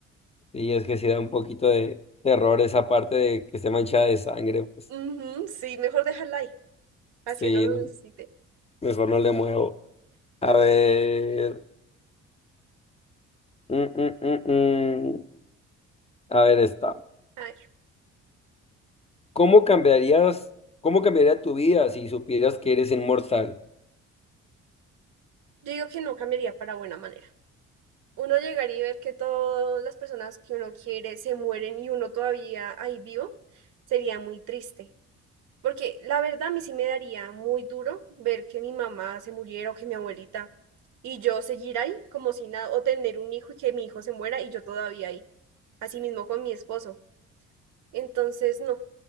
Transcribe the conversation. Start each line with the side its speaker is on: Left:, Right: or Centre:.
Left: Y es que sí da un poquito de terror
Right: Mm.
Left: esa parte de que esté manchada de sangre, pues
Right: Ujú, sí, mejor dejarla ahí, así
Left: sí,
Right: uno lo
Left: no,
Right: necesite.
Left: mejor no le muevo. A ver, mm, mm, mm, mm. A ver está.
Right: A ver,
Left: ¿Cómo cambiarías, cómo cambiaría tu vida si supieras que eres inmortal?
Right: yo digo que no cambiaría para buena manera. Uno llegar y ver que todas las personas que uno quiere se mueren y uno todavía ahí vivo, sería muy triste. Porque la verdad a mí sí me daría muy duro ver que mi mamá se muriera o que mi abuelita y yo seguir ahí como si nada, o tener un hijo y que mi hijo se muera y yo todavía ahí. Así mismo con mi esposo. Entonces, no,